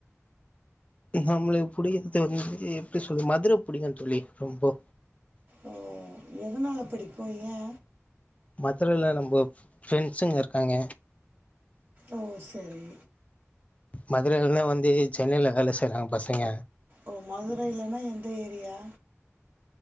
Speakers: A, on the left; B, on the right.
A: நம்மளுக்கு புடிக்கிறது வந்து எப்டி சொல்லு மதுர புடிக்கு தோழி ரொம்போ
B: ஓ எதுனால புடிக்கு ஏ
A: மதுரையில நம்ப ஃப்ரெண்ட்ஸுங்க இருக்காங்க
B: ஓ சரி
A: மதுரையில வந்து வந்து சென்னையில வேல செய்றாங்க பசங்க
B: ஓ மதுரையிலனா எந்த ஏரியா